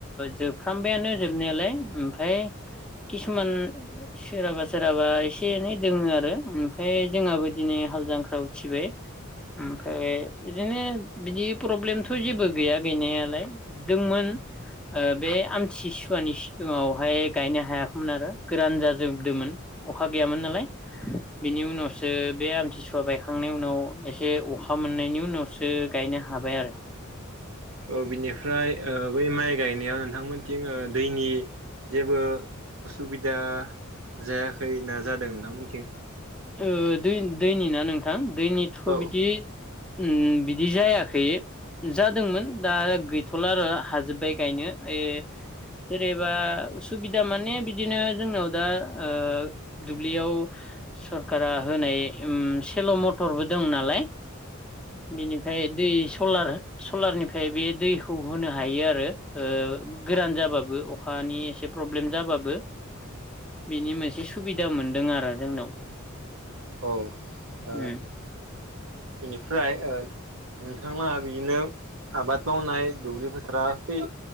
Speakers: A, in the centre; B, on the right (about 75°).
A: जोबफ्रामबाया नो जोबनायालाय ओमफ्राय किसुमान सोरहाबा सोरहाबा एसे एनै दोङो आरो ओमफ्राय जोंहाबो दिनै हालजांख्रा उथिबाय ओमफ्राय बिदिनो बिदि प्रब्लेमथ' जेबो गैया गैनायालाय दोंमोन ओ बे आमथिसुवानि सिगांङावहाय गायनो हायाखैमोन आरो गोरान जाजोबदोंमोन अखा गैयामोन नालाय बिनि उनावसो बे आमथिसुवा बायखांनायनि उनाव एसे अखा मोननायनि उनावसो गायनो हाबाय आरो।
B: औ बिनिफ्राय ओ बै माइ गायनायाव नोंथांमोनथिं ओ दैनि जेबो उसुबिदा जायाखै ना जादों नोंथांमोनथिं?
A: ओ दै-दैनि ना नोंथां दैनिथ'
B: औ
A: बिदि उम बिदि जायाखै। जादोंमोन दा गैथ'ला आरो हाजोब्बाय गायनो ओइ जेरेबा उसुबिदा माने बिदिनो जोंनाव दा ओ दुब्लियाव सरखारा होनाय उम सेल' मथरबो दं नालाय बिनिफ्राय दै सलार-सलारनिफ्राय बे दैखौ होनो हायो आरो ओ ओ गोरान जाबाबो अखानि एसे प्रब्लेम जाबाबो बिनि मोनसे सुबिदा मोनदों आरो जोंनाव।
B: औ ओ
A: उम
B: बेनिफ्राय ओ नोंथां लाहा बिदिनो आबाद मावनाय दुब्लि बोथोरा खै